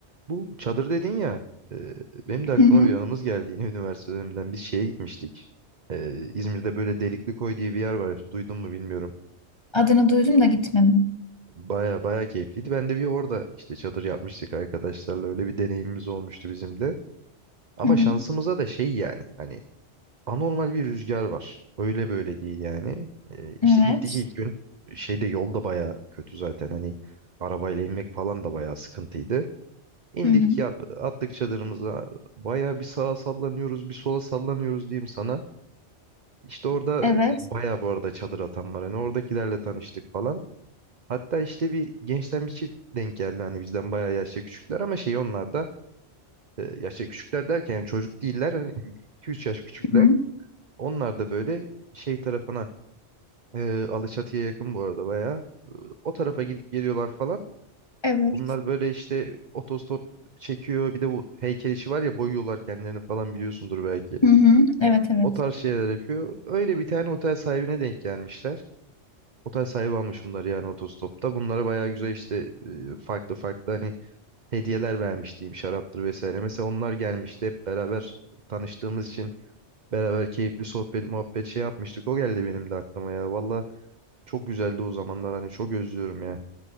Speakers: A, on the right; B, on the left.
A: Bu çadır dedin ya. e, benim de aklıma
B: Hı hı.
A: bir anımız geldi yine üniversite döneminden. Biz şeye gitmiştik. E, İzmir'de böyle Delikli Koy diye bir yer var. Duydun mu bilmiyorum.
B: Adını duydum da gitmedim.
A: Baya baya keyifliydi. Ben de bir orada işte çadır yapmıştık arkadaşlarla. Öyle bir deneyimimiz olmuştu bizim de. Ama
B: Hı hı.
A: şansımıza da şey yani. Hani anormal bir rüzgar var. Öyle böyle değil yani. Ee, işte
B: Evet.
A: gittik ilk gün şeyde yol da baya kötü zaten hani arabayla inmek falan da baya sıkıntıydı. İndik
B: Hı hı.
A: yat, attık çadırımıza baya bir sağa sallanıyoruz bir sola sallanıyoruz diyeyim sana. İşte orada
B: Evet.
A: baya bu arada çadır atan var hani oradakilerle tanıştık falan. Hatta işte bir gençten bir çift denk geldi hani bizden baya yaşça küçükler ama şey onlar da e, yaşça küçükler derken yani çocuk değiller hani iki üç yaş küçükler.
B: Hı hı.
A: Onlar da böyle şey tarafına E, Alaçatı'ya yakın bu arada bayağı. E, O tarafa gidip geliyorlar falan.
B: Evet.
A: Bunlar böyle işte otostop çekiyor. Bir de bu heykel işi var ya boyuyorlar kendilerini falan biliyorsundur belki.
B: Hı hı. Evet evet.
A: O tarz şeyler yapıyor. Öyle bir tane otel sahibine denk gelmişler. Otel sahibi almış bunlar yani otostopta. Bunlara bayağı güzel işte e, farklı farklı hani hediyeler vermiş diyeyim şaraptır vesaire. Mesela onlar gelmişti hep beraber tanıştığımız için beraber keyifli sohbet muhabbet şey yapmıştık. O geldi benim de aklıma ya. Valla Çok güzeldi o zamanlar hani çok özlüyorum ya.